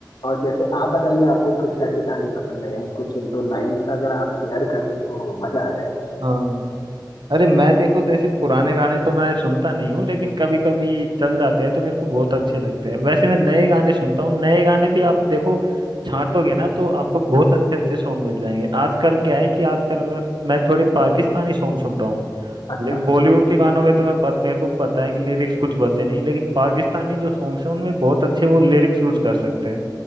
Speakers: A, on the left (about 65°); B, on the right (about 75°).
A: और जैसे आप बताइए आपको किस टाइप के गाने पसंद है कुछ एक दो लाइन अगर आप शेयर कर दें तो मजा आ जाएगा
B: हाँ अरे मैं देखो तो ऐसे पुराने गाने तो मैं सुनता नहीं हूँ लेकिन कभी कभी चल जाते हैं तो मेरे को बहुत अच्छे लगते हैं वैसे मैं नए गाने सुनता हूँ नए गाने भी आप देखो छांटोगे ना तो आपको बहुत अच्छे अच्छे सॉन्ग मिल जाएंगे आजकल क्या है कि आजकल मैं मैं थोड़े पाकिस्तानी सॉन्ग सुन रहा हूँ
A: अच्छा
B: लेकिन बॉलीवुड के गानों में तो मैं पत, मेरे को पता है कि लिरिक्स कुछ बचे नहीं लेकिन पाकिस्तानी जो सॉन्ग्स हैं उनमें बहुत अच्छे वो लिरिक्स यूज कर सकते हैं